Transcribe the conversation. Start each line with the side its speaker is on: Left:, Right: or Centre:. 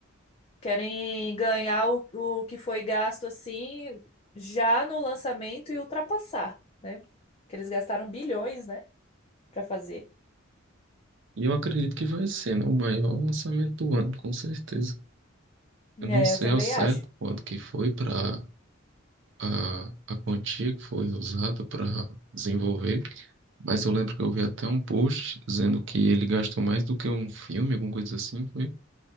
Left: querem ganhar o, o que foi gasto assim já no lançamento e ultrapassar, né? Que eles gastaram bilhões, né, para fazer.
Right: E eu acredito que vai ser, né, o maior lançamento do ano, com certeza. Eu não
Left: É,
Right: sei
Left: eu também
Right: ao certo
Left: acho.
Right: quanto que foi para a, a quantia que foi usada para desenvolver, Mas eu lembro que eu vi até um post dizendo que ele gastou mais do que um filme, alguma coisa assim, foi?